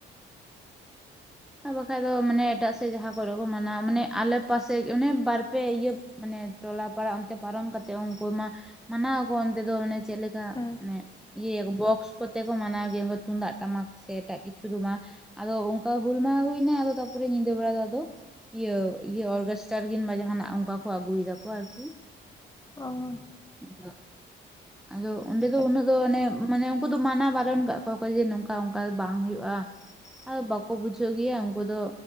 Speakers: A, in the centre; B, on the left.
A: ᱟᱨ ᱵᱟᱠᱷᱟᱡ ᱫᱚ, ᱢᱟᱱᱮ ᱮᱴᱟᱜ ᱥᱮᱫ ᱡᱟᱦᱟᱸ ᱠᱚᱨᱮ ᱠᱚ, ᱢᱟᱱᱟᱣ, ᱢᱟᱱᱮ ᱟᱞᱮ ᱯᱟᱥᱮ, ᱚᱱᱮ ᱵᱟᱨᱯᱮ ᱤᱭᱟᱹ ᱢᱟᱱᱮ, ᱴᱚᱞᱟ ᱯᱟᱲᱟ ᱚᱱᱛᱮ ᱯᱟᱨᱚᱢ ᱠᱟᱛᱮᱜ, ᱩᱱᱠᱩ ᱢᱟ, ᱢᱟᱱᱟᱣᱟᱚ ᱚᱱᱛᱮ ᱫᱚ, ᱢᱟᱱᱮ ᱪᱮᱫ ᱞᱮᱠᱟ?
B: ᱦᱮᱸ
A: ᱚᱱᱮ ᱤᱭᱟᱹ, ᱵᱚᱠᱥ ᱠᱚᱛᱮ ᱠᱚ, ᱢᱟᱱᱟᱣ ᱜᱮ, ᱛᱩᱢᱫᱟᱜ ᱴᱟᱢᱟᱠ ᱥᱮ, ᱮᱴᱟᱜ ᱠᱤᱪᱷᱩ ᱫᱚ ᱵᱟᱝ, ᱟᱫᱚ ᱚᱱᱠᱟ ᱦᱩᱞ ᱢᱟᱦᱟ ᱦᱩᱭᱮᱱᱟ, ᱟᱫᱚ, ᱛᱟᱯᱚᱨᱮ ᱧᱤᱫᱟᱹ ᱵᱮᱲᱟ ᱫᱚ, ᱟᱫᱚ ᱤᱭᱟᱹ ᱤᱭᱟᱹ ᱚᱨᱜᱮᱥᱴᱨᱟ ᱨᱮ ᱠᱤᱱᱵᱟ ᱡᱟᱦᱟᱸᱱᱟᱜ ᱚᱱᱠᱟ ᱠᱚ, ᱟᱹᱜᱩᱭᱮᱫᱟ ᱠᱚ ᱟᱨᱠᱤ
B: ᱚᱻ ᱾
A: <unintelligible> ᱟ ᱟᱫᱚ, ᱚᱸᱰᱮ ᱫᱚ,
B: ᱦᱮᱸ
A: ᱩᱱᱟᱹᱜ ᱫᱚ, ᱚᱱᱮ ᱢᱟᱱᱮ ᱩᱱᱠᱩ ᱫᱚ ᱢᱟᱱᱟ ᱵᱟᱨᱚᱱ ᱟᱠᱟᱜ ᱠᱚᱣᱟ ᱠᱚ, ᱡᱮ ᱱᱚᱝᱠᱟ ᱚᱱᱠᱟ ᱵᱟᱝ ᱦᱩᱭᱩᱜᱼᱟ, ᱟᱫᱚ ᱵᱟᱠᱚ ᱵᱩᱡᱷᱟᱹᱣ ᱜᱮᱭᱟ, ᱩᱱᱠᱩ ᱫᱚ